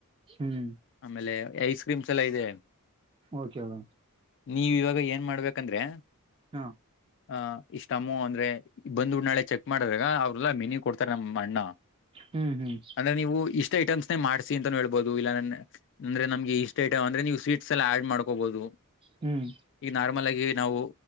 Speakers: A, on the right; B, on the left.
A: ಹ್ಮ್
B: ಆಮೇಲೆ ಐಸ್ ಕ್ರೀಮ್ಸ್ ಎಲ್ಲ ಇದೆ
A: ಓಕೆ ರಾಮ್
B: ನೀವ್ ಇವಾಗ ಏನ್ ಮಾಡ್ಬೇಕಂದ್ರೆ.
A: ಹ್ಮ
B: ಅ ಇಷ್ಟಮ್ಮು ಅಂದ್ರೆ ಬಂದ್ ನಾಳೆ ಚಕ್ ಮಾಡಿದ್ರಾಗ ಅವ್ರಲ್ಲಾ ಮಿನಿ ಕೊಡ್ತಾರೆ ನಮ್ಮ್ ಅಣ್ಣ.
A: ಹ್ಮ್ ಹ್ಮ್
B: ಅಂದ್ರೆ ನೀವು ಇಷ್ಟೇ ಐಟಮ್ಸ್ ಮಾಡಿಸಿ ಅಂತಾನೂ ಹೇಳ್ಬಹುದು ಇಲ್ಲ ನನ್ನ ಅಂದ್ರೆ ನಮ್ಗೆ ಇಷ್ಟ ಐಟಮ್ ಅಂದ್ರೆ ನೀವು ಸ್ವೀಟ್ಸ್ ಎಲ್ಲಾ ಆಡ್ ಮಾಡ್ಕೋಬಹುದು.
A: ಹ್ಮ್
B: ಈಗ ನಾರ್ಮಲ್ ಆಗ ನಾವು